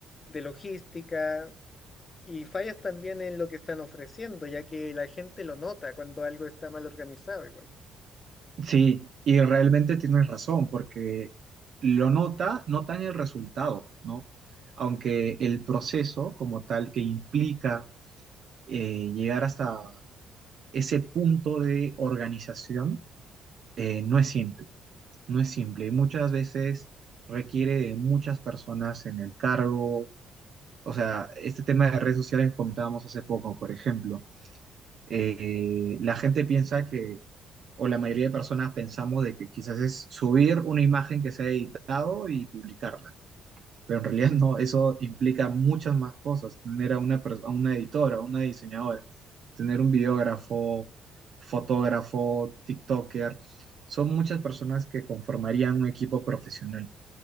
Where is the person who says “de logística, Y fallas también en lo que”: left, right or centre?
Left